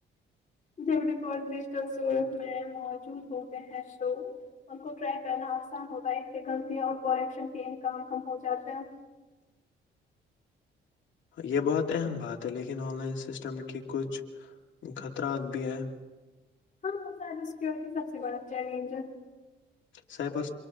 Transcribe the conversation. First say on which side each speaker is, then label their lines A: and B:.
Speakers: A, on the left; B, on the left.
A: جب رپور ڈجٹلڈ میں موجود ہوتے ہیں شو ان کو ٹر کرنا- نقان ہوتا ہے سے غلطی اور پرشن کے انکام کم ہو جاتا ہے-
B: یہ بہت اہم بات ہے لیکن آن لائن سسٹم کی کچھ خطرات بھی ہیں-
A: ہاںاں سائ سکورٹی سب سے بڑا چیلنجر-
B: سائبر